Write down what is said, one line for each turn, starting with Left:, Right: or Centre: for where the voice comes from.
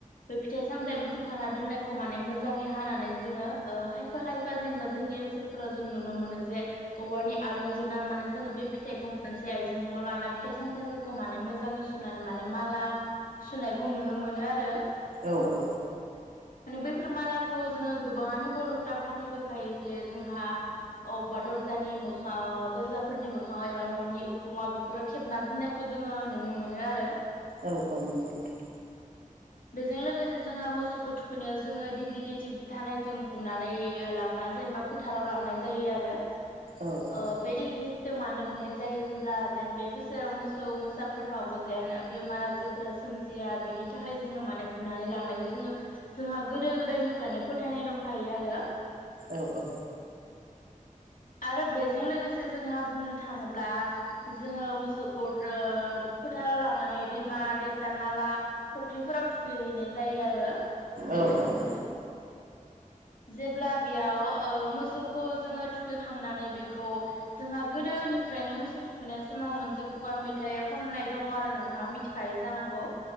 Left: बे फिथाइ सामथाइ बुथुमखाना दोननायखौ माने मोजाङै हानानै जोङो ओ खायफा खायफा जेनेबा जोंनि ओनसोलफोराव जों नुनो मोनो जे औवानि आरुं जिरना माने जोङो बे फिथाइखौ मोनसे आयजे जों लानाय फिथाइ सामथायाइफोरखौ माने मोजाङै सुनानै माने माला सुनायखौ नुनो मोनो आरो।
Right: औ औ
Left: माने बैफोर मालाखौ जोङो गोबाङानो बर'फोरा फालिबोखायो जे जोंहा अबेबा दरजानि मोखाआव दरजाफोरनि मोखाङाव एबा न' नि उखुमाव बेफोरो थेबना दोननायखौ जोङो नुनो मोनो आरो
Right: औ औ नंगौ नोंथां।
Left: बेजों लोगोसे जोङो मोसौखौ थुखैनायाव जोङो दिग्लिलिटि धानायजों बुनानै लांना जेनेबा फोथाराव लांनाय जायो आरो। ओ
Right: औ औ
Left: बे दिगलि जों मानो बुनाय जायो ब्ला जेन बे बोसोराव मोसौ मोसाफोरनावबो जेन बेमार आजारफोरा सोमजिया बेनि थाखाय जोङो माने बुनानै लांनायखौ जोङो जोंहा गोदो गोदायनिफ्रायनो फोथायनाय दंखायो आरो।
Right: औ औ।
Left: आरो बेजों लोगोसे जोंहा बुंनो थाङोब्ला जोङो मोसौखौ रो फोथाराव लांनानै दैमा दैसा नाला फुख्रिफोराव थुखैहैनाय जायो आरो
Right: औ औ
Left: जेब्ला बेयाव ओ मोसौखौ जोङो थुखैखांनानै बेखौ जोंहा गोदोनिफ्रायनो मोसौ थुखैनाय समाव मोनसे खुगा मेथाइ खननाय दङ आरो नोंथाङा मिथिखायो जानांगौ